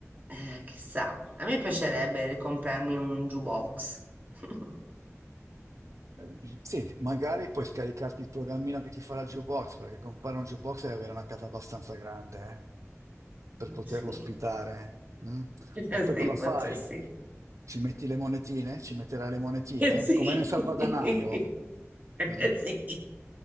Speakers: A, on the right; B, on the right.
A: eh, chissà, a me piacerebbe ricomprarmi un jukebox. <laughs>
B: Eh, Sì, magari puoi scaricarti il programmino che ti farà il jukebox, perché comprare un jukebox deve avere una casa abbastanza grande, eh, per poterlo
A: Sì,
B: ospitare. mm?
A: Eh,
B: E poi
A: sì,
B: cosa fai?
A: forse sì.
B: Ci metti le monetine? Ci metterai le monetine?
A: Eh, Sì,
B: Come nel salvadanaio?
A: <laughs>
B: mm?
A: Eh, sì,